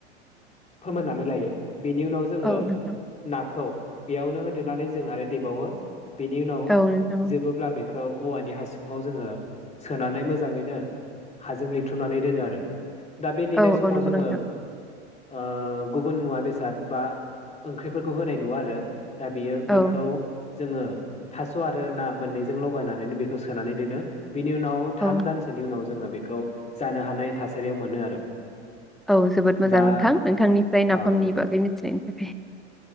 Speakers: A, on the left; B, in the centre.
A: फोमोननानै लायो। बेनि उनाव जोङो
B: औ नोंथां
A: नाखौ बेयावनो होदेरनानै जों आरो देबावो। बेनि उनाव
B: औ नोंथां औ
A: जोबोब्ला बे खौ औवानि हासुङाव जोङो सोनानै मोजाङैनो हाजों लिरथुनानै दोनो आरो दा बे देनाय
B: औ
A: समाव
B: औ नंगौ
A: जोङो।
B: नोंथां
A: ओ गुबुन मुवा बेसाद बा ओंख्रिफोरखौ होनाय नुवा आरो दा बियो बेखौ
B: औ
A: जोङो थास' आरो ना मोननैजों लगायनानैनो बेखौ सोनानै दोनो बिनि उनाव थाम
B: औ
A: दानसोनि उनाव जोङो बेखौ जानो हानाय थासारियाव मोनो आरो
B: औ जोबोद मोजां
A: दा
B: नोंथां नोंथांनिफ्राय
A: औ
B: नाफामनि बागै मिथिनायनि थाखाय <inaudible>